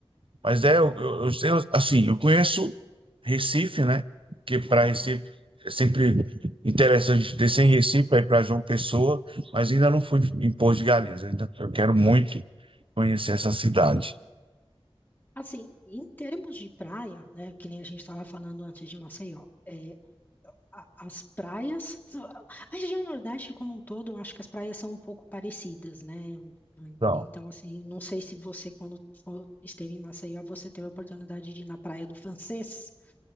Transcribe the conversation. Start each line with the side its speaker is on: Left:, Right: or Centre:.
Right: Mas é, eu, eu, eu sei, assim, eu conheço Recife, né? Que para
Left: Não.
Right: Recife é sempre interessante descer em Recife aí para João Pessoa, mas ainda não fui em Poço de Galinhas. Eu, ainda, eu quero muito conhecer essa cidade.
Left: Assim, em termos de praia, né, que nem a gente estava falando antes de Maceió, é, a- as praias, a região Nordeste como um todo, eu acho que as praias são um pouco parecidas, né?
Right: Então,
Left: Então, assim, não sei se você, quando for- esteve em Maceió, você teve a oportunidade de ir na Praia do Francês,